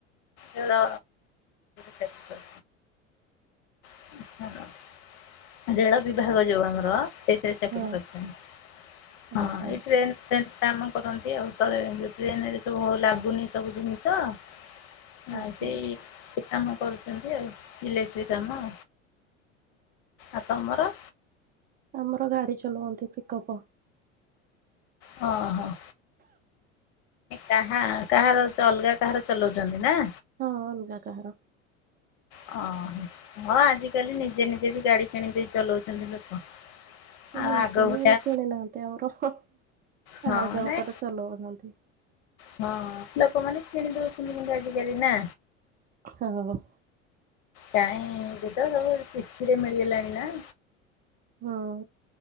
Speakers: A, on the left; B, on the right.
A: ରେଳ ଚାକିରି <inaudible> ରେଳ ବିଭାଗ ଜିବୁ ଆମର। ସେଇଥିରେ ଚାକିରୀ
B: ହଁ
A: କରିଚନ୍ତି, ହଁ
B: ଓହୋ
A: ଏଇ ଟ୍ରେନ୍ ଫ୍ରେନ୍ କାମ କରନ୍ତି ଆଉ ତଳେ ଯୋ ଟ୍ରେନରେ ସବୁ ଲାଗୁନି ସବୁ ଜିନିଷ <unintelligible>
B: ହୁଁ ହୁଁ
A: ସେଇ କାମ କରୁଛନ୍ତି। ଆଉ ଇଲେକ୍ଟ୍ରିକ କାମ। ଆଉ ତମର?
B: ଆମର ଗାଡ଼ି ଚଲାଉନ୍ତି ପିକଅପ୍।
A: ହଁ ହଁ। କାହା କାହାର ଅଲଗା କାହାର ଚଲାଉଛନ୍ତି ନା।
B: ହଁ ଅଲଗା କାହାର।
A: ହଁ ହଁ ଆଜିକାଲି ନିଜେ ନିଜେ ବି ଗାଡ଼ି କିଣ ଦେଇ ଚଲାଉଛନ୍ତି ଲୋକ। <inaudible>
B: ନିଜେ
A: ଭଳିଆ
B: କିଣି ନାହାନ୍ତି ଆମର
A: ହଁ
B: ଆଉ ଜଣଙ୍କର
A: ନାଇଁ
B: ଚଲଉଛନ୍ତି।
A: ହଁ ଲୋକମାନେ କିଣି ଦଉଛନ୍ତି ଆଜିକାଲି ନା।
B: ହଁ ହ ହ।
A: କାଇଁ <unintelligible> କିସତିରେ ମିଳିଗଲାଣି ନା।
B: ହଁ।